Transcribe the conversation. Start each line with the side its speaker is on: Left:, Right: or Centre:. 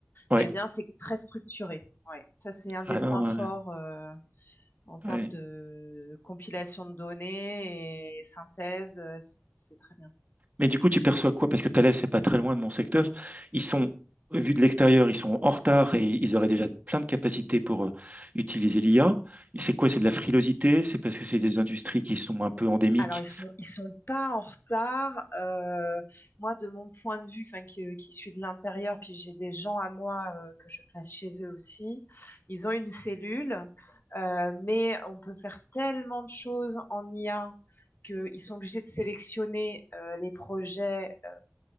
Right: ouais,
Left: eh bien c'est très structuré. Ouais, ça c'est un des
Right: ah
Left: points
Right: non,
Left: forts
Right: ouais,
Left: euh, en termes
Right: ouais.
Left: de compilation de données et synthèse, euh, c'est c'est très bien.
Right: Mais du coup, tu perçois quoi? Parce que Thales, c'est pas très loin de mon secteur. Ils sont, vu de l'extérieur, ils sont en retard et ils auraient déjà plein de capacités pour euh, utiliser l'IA. C'est quoi? C'est de la frilosité? C'est parce que c'est des industries qui sont un peu endémiques
Left: Alors, ils sont, ils sont pas en retard. Euh, moi, de mon point de vue, enfin, qui, euh, qui suis de l'intérieur, puis j'ai des gens à moi euh, que je place chez eux aussi. Ils ont une cellule, euh, mais on peut faire tellement de choses en IA qu'ils sont obligés de sélectionner euh, les projets euh,